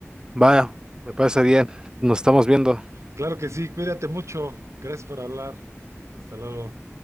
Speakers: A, on the right; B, on the right.
A: Vaya, me parece bien. Nos estamos viendo.
B: Claro que sí, cuídate mucho. Gracias por hablar. Hasta luego.